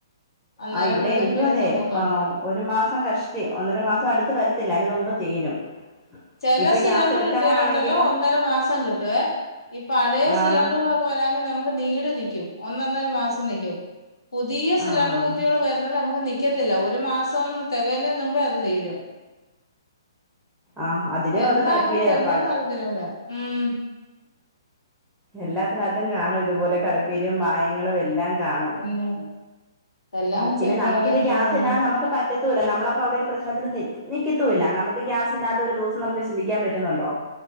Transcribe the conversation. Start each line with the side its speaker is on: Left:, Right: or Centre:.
Left: അന്നേരപ്പഴത്തേന്
Centre: ആ ഇവിടെ എനിക്കു
Left: വീണ്ടും
Centre: അതെ
Left: ബുക്കാണ്
Centre: ആ ഒരു മാസം കഷ്ടി ഒന്നര മാസം അട്ത്ത് വരത്തില്ല അയിന് മുമ്പ് തീരും
Left: ചെല
Centre: ഇപ്പൊ
Left: സിലിണ്ടർ
Centre: ഗ്യാസ് എടുക്കാനാണെങ്കിലും
Left: കിട്ടിയാലുണ്ടല്ലോ ഒന്നര മാസം കിട്ടുവേ ഈ പഴയ
Centre: ആഹ്
Left: സിലിണ്ടറുകളൊക്കെ വരാങ്കി നമുക്ക് നീണ്ട് നി ഒന്നൊന്നര മാസം നിക്കും പുതിയ സിലിണ്ടർ
Centre: ആഹ്
Left: കുറ്റികൾ വരുന്നത് നമുക്ക് നിക്ക ല്ലാ ഒരു മാസം തികയുന്നതിന് മുമ്പേ അത് തീരും
Centre: ആഹ് അതിനും
Left: ആ എന്താ
Centre: അത് കളിപ്പീര
Left: അങ്ങനെ വരുന്നേന്ന്
Centre: ഏർപ്പാട്
Left: <unintelligible>
Centre: എല്ലാ അതിനകത്തും കാണും ഇതുപോലെ കളിപ്പീരും വായേ നിങ്ങളു വെല്ല കാണും
Left: പിന്നെ എല്ലാം
Centre: പിന്നെ
Left: ചെ
Centre: നമുക്കിത്
Left: കാര്യത്തിലാണ്
Centre: ഗ്യാസ് ഇല്ലാതെ നമുക്ക് പറ്റത്തുല്ല നമ്മളപ്പോ അവിടോരു പ്ര <unintelligible> നമുക്ക് ഗ്യാസ് സ് ഇല്ലാത്തൊര് ദിവസം നമുക്ക് ചിന്തിക്കാൻ പറ്റുന്നുണ്ടോ